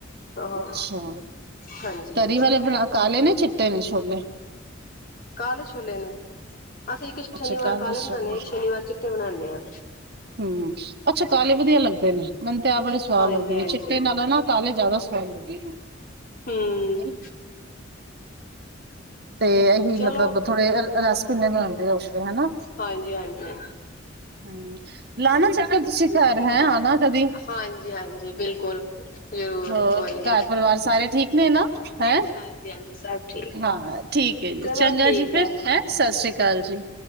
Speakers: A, on the left; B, on the right.
A: ਹਾਂ
B: ਅੱਛਾ
A: ਹਾਂਜੀ
B: ਤਰੀ
A: ਹਾਂਜੀ
B: ਵਾਲੇ ਕਾਲੇ ਨੇ । ਚਿੱਟੇ ਨੇ ਛੋਲੇ।
A: ਕਾਲੇ ਛੋਲੇ ਨੇ। ਅਸੀਂ ਇੱਕ ਸ਼ਨੀਵਾਰ
B: ਅੱਛਾ
A: ਕਾਲੇ
B: ਛੋਲੇ
A: ਬਣਾਉਦੇ ਆ ਇੱਕ ਸ਼ਨੀਵਾਰ ਚਿੱਟੇ ਬਣਾਉਂਦੇ ਆ।
B: ਹੂੰ। ਅੱਛਾ ਕਾਲੇ ਵਧੀਆ ਲੱਗਦੇ ਨੇ? ਮੈਨੂੰ ਤੇ ਆਹ ਬੜੇ ਸਵਾਦ
A: ਹਾਂਜੀ
B: ਲੱਗਦੇ ਨੇ
A: ਹਾਂਜੀ
B: ਚਿੱਟੇ ਨਾਲੋ ਨਾ ਕਾਲਾ ਜ਼ਿਆਦਾ। <unintelligible>
A: ਹਮ
B: ਨਹੀਂ। ਤੇ ਅਸੀ
A: ਚਲੋ
B: ਮਤਲਬ ਥੋੜੇ ਰਸ ਭਿੰਨੇ ਬਣਾਉਂਦੇ, ਹੋਵੋਗੇ ਹਨਾ।
A: ਹਾਂਜੀ ਹਾਂਜੀ
B: ਹਮ, ਲਾਣਾ ਚਾਹ। ਅੰਕਲ ਤੁਸੀਂ ਘਰ ਹੈ, ਆਣਾ ਕਦੀ
A: ਹਾਂਜੀ ਹਾਂਜੀ ਬਿਲਕੁਲ ਜ਼ਰੂਰ
B: ਹੋਰ
A: ਕੋਈ ਨੀ
B: ਘਰ ਪਰਿਵਾਰ ਸਾਰੇ ਠੀਕ ਨੇ ਨਾ ਹੈਂ
A: ਹਾਂਜੀ ਹਾਂਜੀ ਸਭ ਠੀਕ
B: ਹਾਂ। ਠੀਕ ਹੈ ਜੀ
A: ਚਲੋ
B: ਚੰਗਾ
A: ਠੀਕ
B: ਜੀ, ਫਿਰ ਹੈ ਸਤਿ ਸ੍ਰੀ ਅਕਾਲ ਜੀ ।